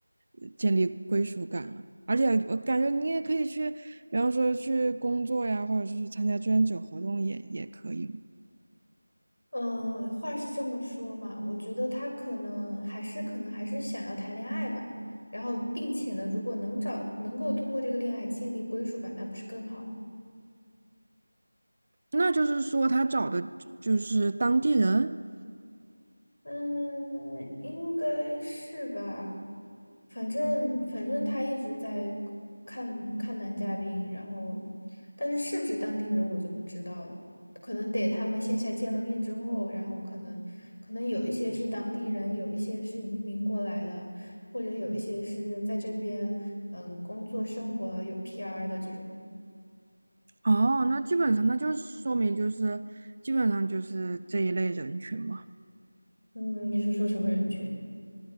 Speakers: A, on the right; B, on the left.
A: 呃建立归属感啊。而且我感觉你也可以去，比方说去工作呀，或者是去参加志愿者活动也也可以。
B: 嗯，话是这么说嘛，我觉得他可能还是可能还是想要谈恋爱吧，然后并且呢，如果能找能够通过这个恋爱建立归属感，那不是更好吗？
A: 那就是说他找的就是当地人
B: 嗯，应该是吧。反正反正他一直在看看男嘉宾，然后，但是是不是当地人我就不知道了，可能得他们线下见了面之后，然后可能可能有一些是当地人，有一些是移民过来的，或者有一些是在这边嗯工作生活有 PR 的这种。
A: 哦，那基本上那就是说明就是基本上就是这一类人群嘛，
B: 嗯，你是说什么人群？